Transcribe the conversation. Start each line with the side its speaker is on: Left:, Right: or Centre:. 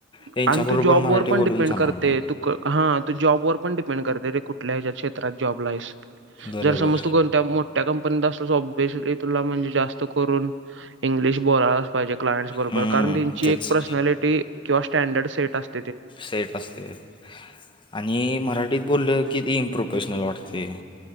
Left: त्यांच्याबरोबर
Right: आणि तु जॉब
Left: मराठी
Right: वर पण
Left: बोलून
Right: डिपेंड
Left: चालणार
Right: करते
Left: ना
Right: तु हा तु जॉबवर पण डिपेंड करते रे कुठल्या ह्या क्षेत्रात जॉबला आहेस.
Left: बरोबर
Right: जर समज तो कोणत्या मोठ्या कंपनीचा असं अभ्यासली तुला जास्त करून इंग्लिश बोलायला पाहिजे क्लायंटस बरोबर
Left: हम्म,
Right: कारण त्यांची
Left: तेच
Right: एक पर्सनॅलिटी किंवा स्टँडर्ड सेट असतं.
Left: सेट असतं. आणि मराठीत बोललं कि ती इम्प्रोफेशनल वाटतंय.